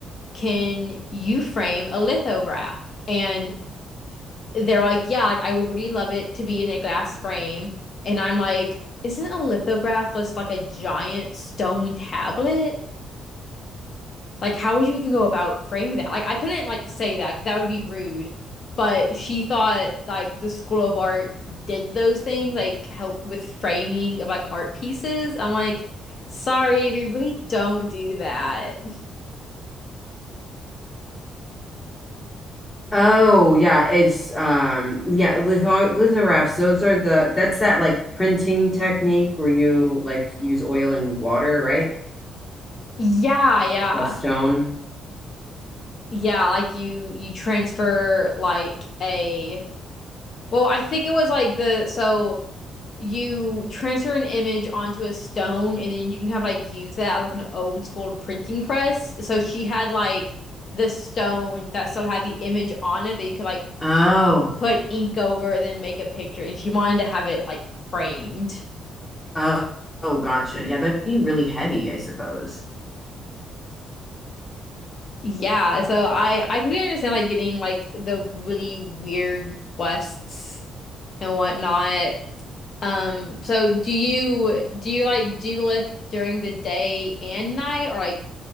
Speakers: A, on the left (about 50°); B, on the left (about 25°).
A: can you frame a lithograph? And they're like, yeah, like I would really love it to be in a glass frame. And I'm like, isn't a lithograph just like a giant stone tablet? Like, how would you even go about framing that? Like, I couldn't like say that 'cause that would be rude. But she thought like the School of Art did those things, like help with framing of like art pieces. I'm like, sorry, we really don't do that.
B: Oh yeah, it's um yeah, litho lithographs, those are the that's that like printing technique where you like use oil and water, right?
A: Yeah, yeah.
B: Like a stone.
A: Yeah, like you you transfer like a well, I think it was like the so you transfer an image onto a stone and then you can kind of like use that as like an old school printing press. So she had like the stone that still had the image on it that you could like
B: Oh.
A: put ink over and then make a picture and she wanted to have it like framed.
B: Oh, oh, gotcha. Yeah, that'd be really heavy, I suppose.
A: Yeah, so I I could understand like getting like the really weird requests and whatnot. Um, so do you do you like do lift during the day and night or like